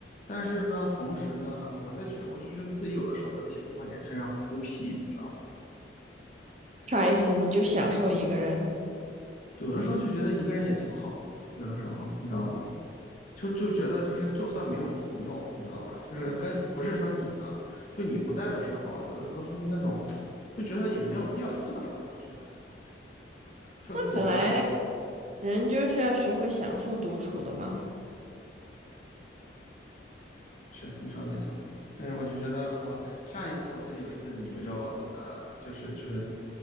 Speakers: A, on the left; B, on the right.
A: 但是呢，同时呢，我在觉得我就觉得自己有的时候有一些地方也非常孤僻，你知道吗？
B: 啥意思？你就享受一个人？
A: 有的时候就觉得一个人也挺好的，有的时候你知道吗？就就觉得就是就算没有朋友，你知道吗？就是跟不是说你啊，就你不在的时候，有的时候就是那种就觉得也没有必要一定要找人出去玩的那种感觉就自己在家里
B: 那本来人就是要学会享受独处的嘛。
A: 是你说的没错。但是我就觉得我上一次我记得有一次你不就呃就是就是